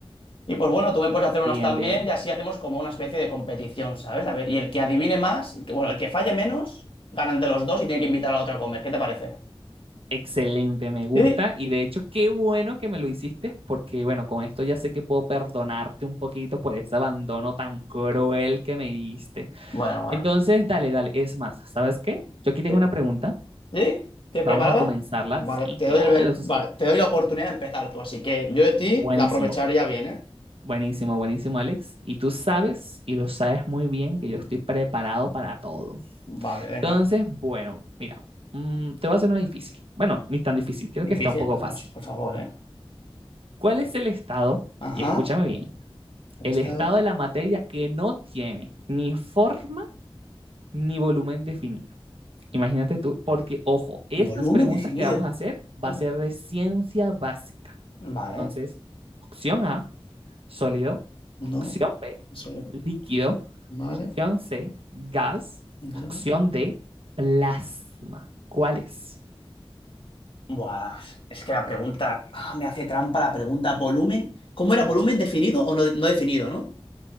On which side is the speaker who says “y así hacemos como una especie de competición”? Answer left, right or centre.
Left